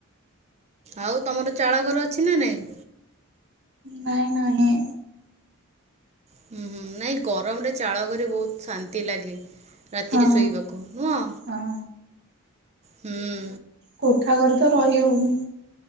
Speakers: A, on the right (about 30°); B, on the right (about 55°).
A: ଆଉ ତମର ଚାଳ ଘର ଅଛି ନା ନାଇଁ।
B: ନାଇଁ ନାହିଁ।
A: ହୁଁ ହୁଁ ନାଇଁ ଗରମରେ ଚାଳ ଘରେ ବହୁତ୍ ଶାନ୍ତି ଲାଗେ। ରାତିରେ
B: ହଁ
A: ଶୋଇବାକୁ ନୁହଁ
B: ହଁ।
A: ହୁଁ।
B: କୋଠା ଘରେ ତ ରହି ହଉନି।